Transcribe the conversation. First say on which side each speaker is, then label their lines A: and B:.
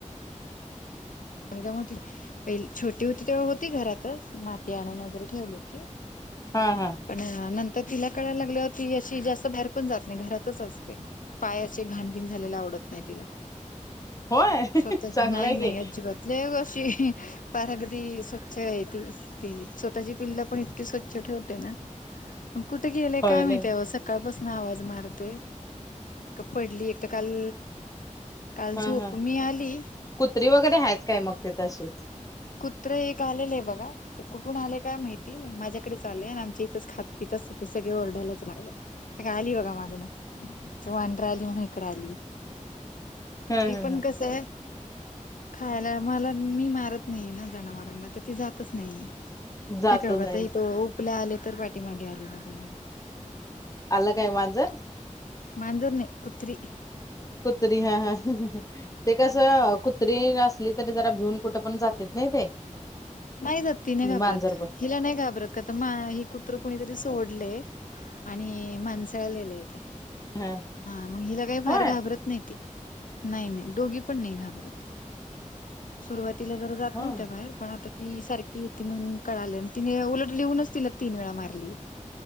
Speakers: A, on the left (about 85°); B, on the left (about 25°).
A: संंगामध्ये पहि छोटी होती तेव्हा होती घरातच माती आणून वगैरे ठेवली होती
B: हा हा
A: पण नंतर तिला कळायला लागल्यावर ती अशी जास्त बाहेर पण जात नाही घरातच असते पाय असे घाणबीण झालेला आवडत नाही तिला
B: होय
A: स्वतःच
B: चांगलंय
A: नाही नाही
B: की
A: अजिबात ज अशी पार अगदी स्वच्छ आहे त ती स्वतःची पिल्ल पण स्वच्छ ठेवते ना कुठे गेले
B: होय
A: काय माहिती
B: नाही
A: सकाळपासून आवाज मारते पडली तर काल काल
B: हा
A: झोप
B: हा
A: मी आली
B: कुत्री वगैरे आहेत काय मग ते तशी.
A: कुत्र एक आलेलं आहे बघा ते कुठून आले काय माहिती माझ्याकडेच आले आणि आमच्या इथंच खातपीितचत ते सगळे ओरडायलाच लागलं हे काय आली बघा माझ्या मागण ते वांढरं आली म्हणून इकडे आली
B: हम्
A: ते
B: हम
A: पण कस आहे खायला मला मी मारत नाही ना जनावरांना तर त जातच नाही
B: हम जात
A: हे काय बघाता
B: नाही
A: तो आपल्या आले तर पाठी मागे आली बघा लगे
B: आलं काय मांजर
A: मांजूर नाही कुत्रि
B: कुत्री हा हा ते कसं कुत्री असली तरी जरा भिऊन कुठं पण जातेत नाही ते
A: नाही जात ती नाही घाबरत
B: मांजर पण
A: हिला नाही घाबरत का तर कुत्र कुणीतरी सोडले आणि मा माणसाळलेल आहे ते
B: ह
A: मग हिला काही फार
B: होय
A: घाबरत नाही ते नाही नाही दोघी पण नाही घाबरत सुरुवातीला तर जात
B: हम
A: नव्हत्या बाहेर पण आता ती सारखी येते म्हण कळाले तिने उलटलीहऊनच तिला तीन वेळा मारली